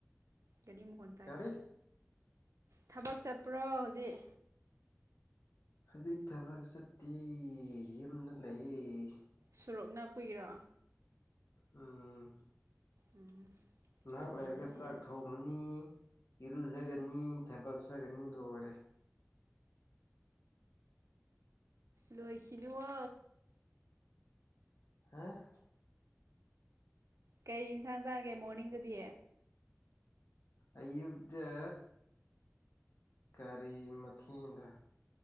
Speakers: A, on the right (about 75°); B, on the left (about 70°).
A: ꯒꯥꯔꯤ ꯃꯈꯣꯟ ꯇꯥꯏ
B: ꯀꯔꯤ
A: ꯊꯕꯛ ꯆꯠꯄ꯭ꯔꯣ ꯍꯧꯖꯤꯛ
B: ꯍꯨꯖꯤꯛ ꯊꯕꯛ ꯆꯠꯇꯦ ꯌꯨꯝꯗ ꯂꯩꯌꯦ
A: ꯁꯣꯔꯣꯛ ꯅꯛꯄꯒꯤꯔꯣ
B: ꯎꯝ
A: ꯎꯝ
B: ꯅꯍꯥꯛ
A: ꯑꯗꯨꯒꯤꯅꯤꯅꯦ
B: ꯂꯩꯔꯒ ꯆꯥꯛ ꯊꯣꯡꯉꯅꯤ ꯏꯔꯨꯖꯒꯅꯤ ꯊꯕꯛ ꯆꯥꯒꯅꯤ ꯂꯣꯏꯔꯦ
A: ꯂꯣꯏꯈꯤꯅꯨ ꯋꯣ
B: ꯍꯥ
A: ꯀꯩ ꯏꯟꯁꯥꯡ ꯆꯥꯔꯒꯦ ꯃꯣꯔꯅꯤꯡꯗꯗꯤ
B: ꯑꯌꯨꯛꯇꯥ ꯀꯔꯤ ꯃꯊꯦꯜꯅꯣ